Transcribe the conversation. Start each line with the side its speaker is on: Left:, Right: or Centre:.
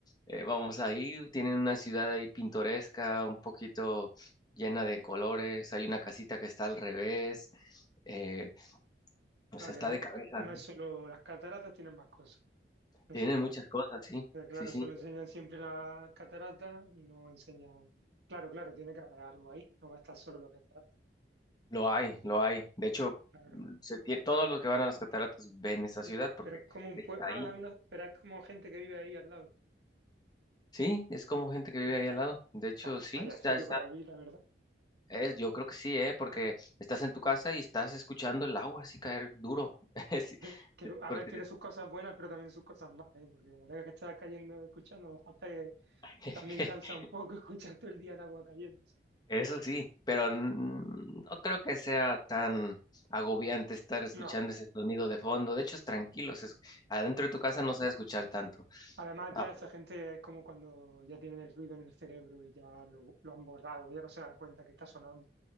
Left: Eh, vamos ahí, tienen una ciudad ahí pintoresca, un poquito llena de colores, hay una casita que está al revés, eh, o
Right: Para
Left: sea, está
Right: que no,
Left: de cabeza.
Right: no es solo las cataratas, tienen más cosas. No
Left: Tienen
Right: sabía.
Left: muchas cosas, sí,
Right: Pero claro,
Left: sí, sí,
Right: solo enseñan siempre las cataratas y no enseñan. Claro, claro, tiene que haber algo ahí. No va a estar solo las cataratas.
Left: lo hay, lo hay. De hecho,
Right: Claro.
Left: mm, se tie- todos los que van a las cataratas ven esa
Right: Pero,
Left: ciudad porque
Right: pero es como un
Left: está
Right: pueblo.
Left: ahí.
Right: Ah, hay una- pero es como gente que vive ahí al lado.
Left: Sí, es como gente que vive
Right: Ah,
Left: ahí al lado. De hecho,
Right: buah,
Left: sí,
Right: vaya
Left: está,
Right: sitio
Left: está,
Right: para vivir, la verdad.
Left: es, yo creo que sí, ¿eh? Porque estás en tu casa y estás escuchando el agua así caer duro. <laughs>
Right: <laughs> Que,
Left: Sí,
Right: a
Left: Porque
Right: ver, tiene sus cosas buenas, pero también sus cosas malas, ¿eh? Porque como tengas que estar cayendo escuchando, a lo mejor te,
Left: <laughs>
Right: también cansa un poco <laughs> escuchar todo el día el agua cayéndose.
Left: Eso sí, pero n- no creo que sea tan agobiante estar escuchando
Right: No, no,
Left: ese sonido de fondo. De hecho, es tranquilo. se escu- Adentro
Right: claro.
Left: de tu casa no se va a escuchar tanto.
Right: Además,
Left: Ah,
Right: ya esa gente es como cuando ya tienen el ruido en el cerebro y ya lo, lo han borrado, ya no se dan cuenta que está sonando.